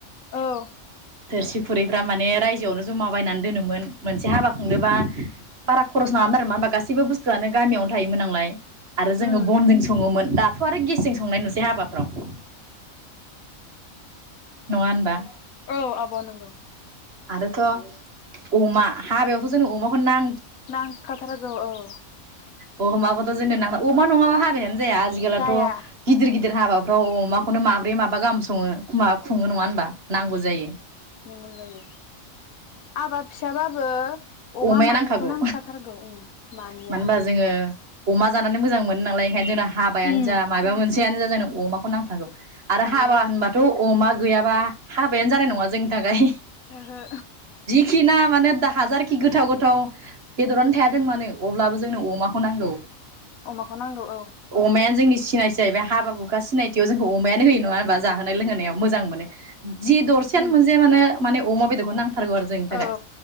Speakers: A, on the left; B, on the right.
A: औ
B: थोरसि खुरैफ्रा माने राय <unintelligible> जमा बायनानै दोनोमोन मोनसे हाबा खुंदोबा बारा खरस नाङामोन आरो मा होनबा गासैबो बुस्थुआनो गामियावनो थायोमोन नालाय। आरो जोङो
A: उम
B: बनजों संङोमोन दा थ' आरो गेसजों संनाय नुसै हाबाफ्राव। नङा होनबा?
A: औ आब' नंगौ
B: आरोथ' अमा हाबायावथ' जोंनो अमाखौ नां
A: नांखाथारगौ औ।
B: अ <unintelligible> अमा नङाबा हाबायानो जाया आजिगालावथ'
A: जाया
B: गिदिर गिद दिर हाबाफ्राव अमाखौनो माब्रै माबा गाहाम सङो। खु मा खुङो नङा होनबा नांगौ जायो।
A: नंगौ जायो। हाबा फिसाबाबो अमा
B: अमाया
A: मानैखौ
B: नांखागौ
A: नांखाथारगौ औ मानैया
B: मानो होनबा जोङो अमा जानानै मोजां मोनो नालय ओंखायनो जोंना हाबायानो
A: उम
B: जा माबा मोन सेयानो जा जोंनो अमाखौ नांथारगौ। आरो
A: अमाया
B: हाबा होनबाथ' अमा गैयाबा हाबायानो जानाय नङा जोंनि थाखाय।
A: ओहो।
B: खि ना माने दा हाजारखि गोथाव गोथाव बेदरानो थायाथों मानो अब्लाबो जोंनो अमाखौ नांगौ।
A: अमाखौ नांगौ औ।
B: अमायानो <unintelligible> हाबा हुखा सिनायथियाव जोंखौ अमायानो होयो नङा होनबा जाहोन लोंहोनायाव मोजां मोनो। जि दरसेयानो
A: उम
B: मोनजाया मानो माने अमा बेदरखौ नांथारगौ आरो थाखाय
A: औ